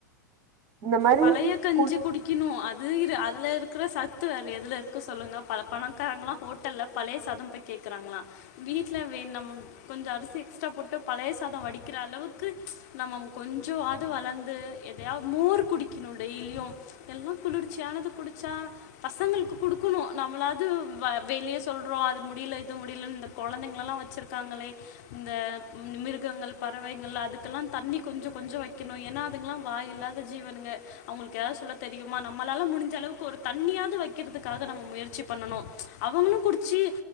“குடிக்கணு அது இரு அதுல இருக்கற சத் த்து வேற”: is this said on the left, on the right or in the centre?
Left